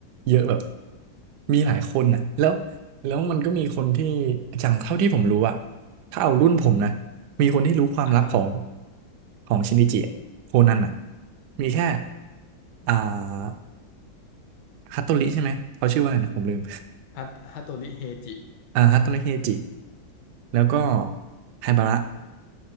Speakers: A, on the right; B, on the left.
A: เยอะแบบมีหลายคนนะแล้วแล้วมันก็มีคนที่อย่างเท่าที่ผมรู้อะถ้าเอารุ่นผมนะมีคนที่รู้ความลับของ
B: อ่ะฮะ
A: ของชินิจิอะโคนันอะมีแค่อ่าฮัตโตริใช่ไหมเขาชื่อว่าอะไรนะผมลืม
B: ฮัตฮัตโตริเฮจิ
A: อ่าฮัตโตริเฮจิแล้วก็ไฮบาระ